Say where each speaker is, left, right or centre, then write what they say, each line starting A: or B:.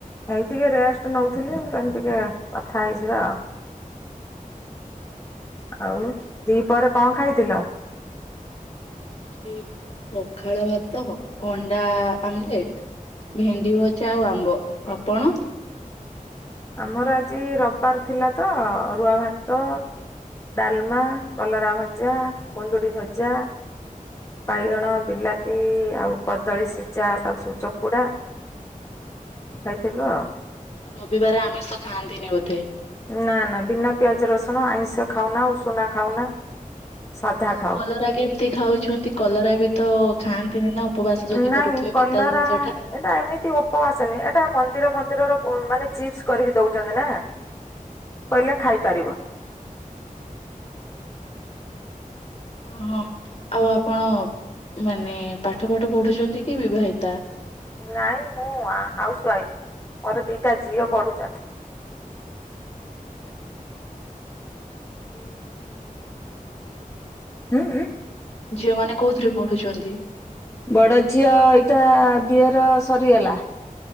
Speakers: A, on the left (about 20°); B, on the left (about 45°).
A: ଏଇ ଟିକେ ରେଷ୍ଟ ନଉଥିଲି ମୁଁ କଇନି ଟିକେ କଥା ହେଇଯିବା ଆଉ। ଆଉ
B: ଆଚ୍ଛା
A: ଦି ପହରେ କଣ ଖାଇଥିଲ?
B: କି ପଖାଳ ଭାତ ଅଣ୍ଡା ଆମଲେଟ ଭେଣ୍ଡି ଭଜା ଆଉ ଆମ୍ବ। ଆପଣ?
A: ଆମର ଆଜି ରବବାର ଥିଲା ତ ଆରୁଆ ଭାତ ଡାଲମା କଲରାଭଜା କୁନ୍ଦୁଡ଼ିଭଜା ବାଇଗଣ ବିଲାତି ଆଉ କଦଳୀ ସିଝା ତାଙ୍କୁ ସବୁ ଚକୁଡା ଖାଇଥିଲୁ ଆଉ।
B: ରବିବାର ଆମିଷ ଖାଆନ୍ତିନି ବୋଧେ?
A: ନା ନା ବିନା ପିଆଜ ରସୁଣ ଆଇଁଷ ଖାଉନା ଉଷୁନା ଖାଉନା। ସାଧା
B: ତ
A: ଖାଉ
B: କଲରା କେମିତି ଖାଉଛନ୍ତି କଲରା ବି ତ ଖାଆନ୍ତିନି ନା? ଉପବାସ ଯଦି
A: ନାଇଁ
B: କରୁଥିବେ
A: କଲରା
B: ପିତା ଜିନିଷ ଟା।
A: ଏଇଟା ଏମିତି ଉପବାସ ନାଇ ଏଇଟା ମନ୍ଦିର ଫନ୍ଦିରର ମଁ ମାନେ ଚିପ୍ସ କରିକି ଦଉଚନ୍ତି ନା। କହିଲା
B: ଟା।
A: ଖାଇପାରିବ।
B: ଓ ହଁ ଆଉ ଆପଣ ମାନେ ପାଠ ଫାଠ ପଢ଼ୁଛନ୍ତି କି ବିବାହିତା?
A: ନାଇଁ ମୁଁ ଆଁ ହାଉସ୍ ୱାଇଫ ମୋର ଦିଟା ଝିଅ ପଢ଼ୁଛନ୍ତି।
B: ଆଛା। କୋଉଥିରେ ପଢୁଛନ୍ତି ଝିଅ ମାନେ?
A: ଉଁ ଉଁ।
B: ଝିଅମାନେ କୋଉଥିରେ ପଢୁଛନ୍ତି?
A: ବଡ ଝିଅ ଏଇଟା ବିଏ ର ସରିଗଲା।